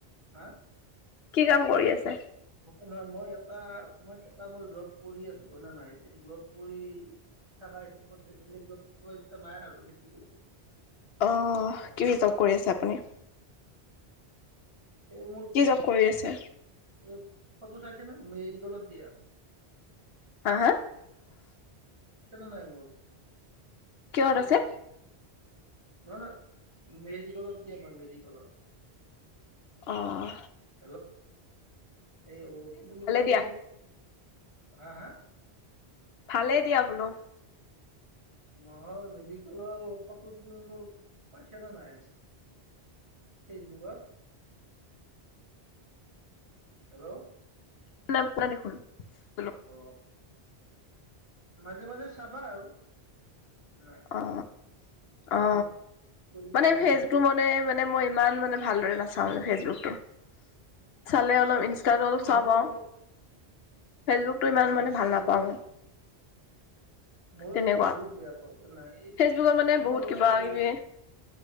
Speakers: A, on the right; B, on the left.
A: হা
B: কি কাম কৰি আছে
A: মই নহয় মই এটা মই এ মই জব কৰি আছো হয় না নাই এতিয়া জব কৰি থকা হিচাপ মই বেলেগ জ ইচ্ছা নাই আৰু সেইটো কৈছো
B: অ
A: নাই
B: কি হিচাপ কৰি আছে আপুনি
A: এই মোৰ ফ
B: কি জব কৰি আছে
A: ফটো চাইছে ন মেডিকলত দিয়া
B: হা হা
A: চনে নাই মোৰ
B: কিহত
A: অত
B: আছে
A: ফটো নহয় নহ মেডিকেলত দিয়ে মেডিকেলত
B: অহ
A: হেল্ল' এই অ কি বুলি কয়
B: দিয়া
A: মোৰ হা হা
B: ভালেই দিয়া বোলো।
A: নহয় মেডিকেলৰ ও ফটো তুমি মোৰ পাইছা নে নাই। ফেচবুকত হেল্ল'
B: শু কোনা দেখোন বল
A: অ মাজে মাজে চাবা আৰু নাই
B: অ অ
A: মোৰ
B: মানে
A: চাব
B: ফেচবোৰ
A: নহয়
B: মানে মই ইমান মানে ভালদৰে নাচাও ফেচবুকটো চালে অলপ ইন ষ্টাটো অলপ
A: উ,
B: চাও
A: ময়ো
B: বাও
A: বাৰু
B: ফেচবুকটো ইমান
A: অ
B: মানে ভাল নাপাওঁ
A: এই
B: মই
A: ময়ো
B: তেনেকুৱা।
A: একদম বহুত বেয়া পাওঁ নাই
B: ফেচবুকত মানে
A: তোমালোকৰ
B: বহুত কিবা কিবি
A: এই